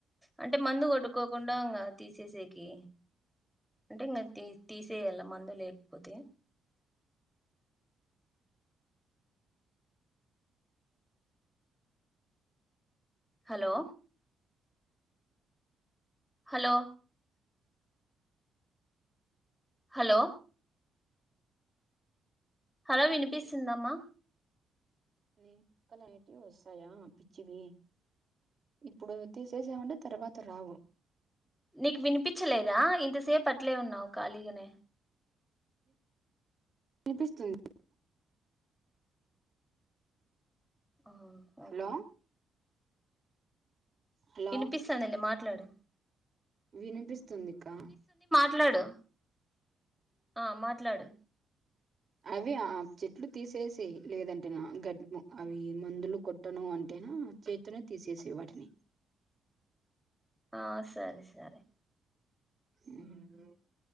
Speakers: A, in the centre; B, on the right.
A: అంటే మందు కొట్టుకోకుండా ఉండంగ ఇంగా తీసేసేకి అంటే ఇంగ తీ తీసేయాల మందు లేకపోతే హలో హలో హలో హలో వినిపిస్తుందా అమ్మ
B: మొక్కలనేటివి వస్తాయా పిచ్చివి ఇప్పుడు తీసేసామంటే తర్వాత రావు
A: నీకు వినిపించలేదా ఇంతసేపు అట్లే ఉన్నావు ఖాళీగానే
B: వినిపిస్తుంది
A: ఆ ఓకే
B: హలో హలో
A: ఇనిపిస్తాందిలే మాట్లాడు
B: వినిపిస్తుంది కా
A: ట్లాడు ఆ మాట్లాడు
B: అవి ఆ చెట్లు తీసేసి లేదంటేనా గడ్ అవి మందులు కొట్టను అంటేను చేతితోనే తీసేసే వాటిని
A: ఆ సరే సరే
B: ఉహు